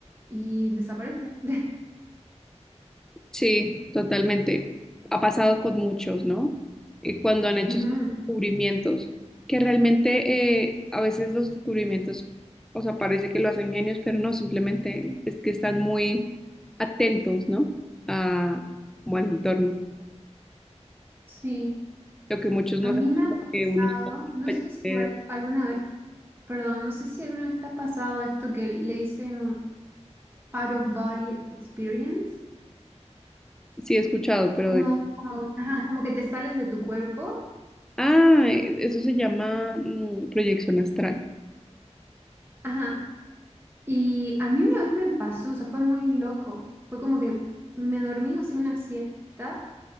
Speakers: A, on the right; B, in the centre.
A: y desaparece. <laughs>
B: Sí, totalmente. Ha pasado con muchos, ¿no? Y cuando han hecho
A: Ujú,
B: esos descubrimientos, que realmente eh, a veces los descubrimientos, o sea, parece que lo hacen genios, pero no, simplemente es que están muy atentos, ¿no? A, como al entorno.
A: Sí,
B: Lo que muchos
A: a
B: no
A: mí
B: saben,
A: me ha
B: porque
A: pasado,
B: uno está
A: no
B: pendiente.
A: sé si igual alguna vez, perdón, no sé si alguna vez te ha pasado esto que le dicen out of body experience.
B: Sí, he escuchado, pero
A: como,
B: de...
A: como, ajá, como que te sales de tu cuerpo.
B: Ah, e- eso se llama mm, proyección astral.
A: Ajá. Y a mí una vez me pasó, o sea, fue muy loco. Fue como que me dormí, hacía una siesta